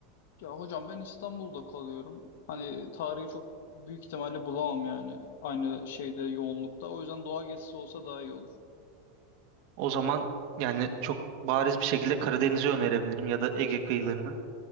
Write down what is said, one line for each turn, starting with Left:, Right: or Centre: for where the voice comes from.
Left: Ya hocam ben İstanbul'da kalıyorum. Hani tarihi çok büyük ihtimalle bulamam yani. Aynı şeyde yoğunlukta. O yüzden doğa gezisi olsa daha iyi olur.
Right: O zaman yani çok bariz bir şekilde Karadeniz'i önerebilirim ya da Ege kıyılarını.